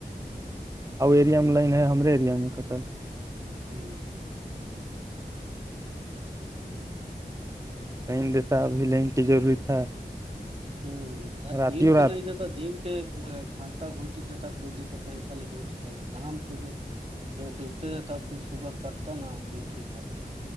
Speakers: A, on the right (about 20°); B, on the right (about 40°).
A: ا ایریا میں لائن ہے ہمرے ایریا میں کٹل ہے
B: ہوں
A: لائن دیتا ابھی لائن کی ضروری تھا
B: ہوں ار
A: رات
B: دین
A: ہی رات
B: کنا دن کے گھنٹا گھنٹیتی دتا کوئی دقت نہیں تھا لیکن شام ک جو جب ڈوبتے رہتا پھر صبح کٹتا نا تو وہ ٹھیک رہتا ہے